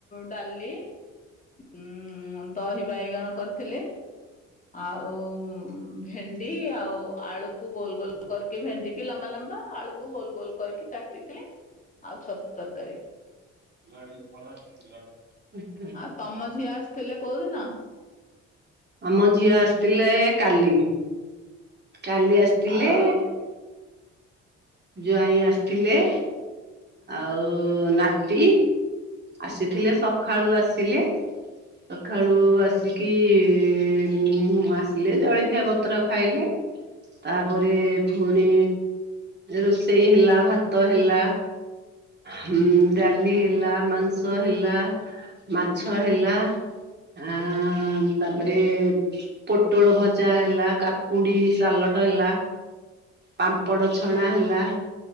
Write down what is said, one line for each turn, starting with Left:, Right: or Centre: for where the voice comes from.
Left: ଡାଲି ଉଁ, ଦହି ବାଇଗଣ କରିଥିଲି, ଆଉ ଉଁ, ଭେଣ୍ଡି ଆଉ ଆଳୁକୁ ଗୋଲ ଗୋଲ କରିକି, ଭେଣ୍ଡିକି ଲମ୍ବା ଲମ୍ବା, ଆଳୁକୁ ଗୋଲ ଗୋଲ। କରିକି କାଟିଦେଇଥିଲେ ଆଉ ଛତୁ ତରକାରୀ।
Right: <unintelligible>
Left: ଆଉ ତୋମ ଝିଅ ଆସିଥିଲେ କୋଉଦିନ?
Right: ଆମ ଝିଅ ଆସିଥିଲେ କାଲି, କାଲି ଆସି ଥିଲେ।
Left: ଆଉ
Right: ଜ୍ୱାଇଁ ଆସିଥିଲେ। ଆଉ ନାତି ଆସିଥିଲେ, ସଖାଳୁ ଆସିଲେ। ସଖାଳୁ ଆସିକି ଉଁ, ଆସିଲେ ଜଳଖିଆ ପତ୍ର ଖାଇଲେ। ତାପରେ ଫୁଣି ରୋଷେଇ ହେଲା ଭାତ ହେଲା। ହୁଁ ଡାଲି ହେଲା ମାଂସ ହେଲା ମାଛ ହେଲା। ଆଁ, ତାପରେ ପୋଟଳ ଭଜା ହେଲା, କାକୁଡି ସାଲଟ ହେଲା। ପାମ୍ପଡ଼ ଛଣା ହେଲା।